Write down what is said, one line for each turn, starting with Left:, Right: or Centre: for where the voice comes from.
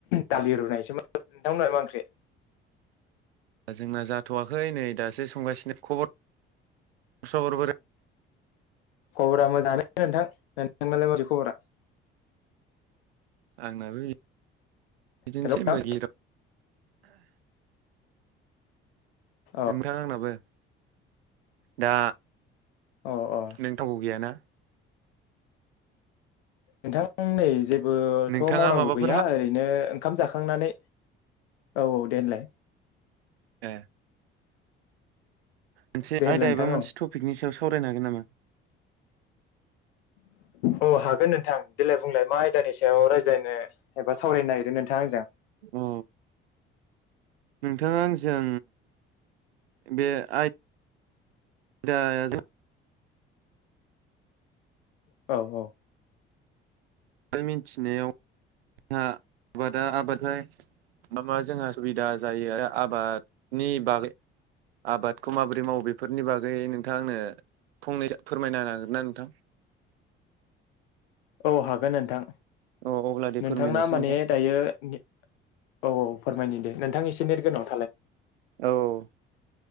Left: दालि रुनायसोमोन नोंथांमोननालाय मा ओंख्रि।
Right: दा जोंना जाथ'वाखै नै दासो संगासिनो खबर सबरबोरै।
Left: खबरा मोजाङानो नोंथां नोंथांनालाय मारै खबरा।
Right: आंनाबो बिदिनोसै
Left: हेल' नोंथां
Right: मज।
Left: अ
Right: नोंथां आंनाबो दा।
Left: अ अ
Right: नोंथावगौ गैयाना।
Left: नोंथां नै जेबोथ'
Right: नोंथाङा
Left: मावनांगौ
Right: माबाफोर
Left: गैया
Right: हा
Left: ओरैनो। ओंखाम जाखांनानै औ औ दे होनलाय
Right: ओ मोनसे
Left: दे होनलाय
Right: आयदा
Left: नोंथां
Right: एबा मोनसे
Left: औ
Right: टपिकनि सायाव सावरायनो हागोन नामा?
Left: औ हागोन नोंथां देेलाय बुंलाय मा आयदानि सायाव रायज्लायनो एबा सावरायनो नागिर नोंथाङा आंजों <inaudible>
Right: अ नोंथाङा आंजों बे आइ <unintelligible>
Left: औ औ
Right: जों मिथिनायाव जोंहा आबादा आबादै मा मा जोंहा सुबिदा जायो आरो आबादनि बागै आबादखौ माबोरै मावो बेफोरनि बागै नोंथाङा आंनो फंनै फोरमायनो हागोन ना नोंथां?
Left: औ हागोन नोंथां।
Right: औ अब्ला दे
Left: नोंथांना
Right: फोरमायनायसै
Left: माने
Right: नोंथां।
Left: दायो ने औ औ फोरमायनो दे नोंथां एसे नेट गोङाव थालाय
Right: औ